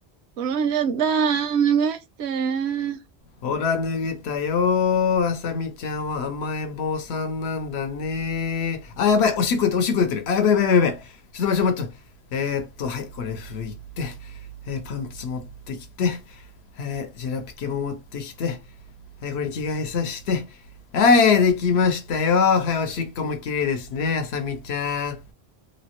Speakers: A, on the right; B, on the left.
A: 転んじゃった。脱がして。
B: ほら脱げたよあさみちゃんは甘えん坊さんなんだねあやばいおしっこ出てるおしっこ出てるあやばいやばいやばいやばいちょっと待ってちょっと待ってえー、っとはいこれ拭いて、えーパンツ持ってきて、えージェラピケも持ってきて、はい、これに着替えさせてはいできましたよはいおしっこも綺麗ですねあさみちゃん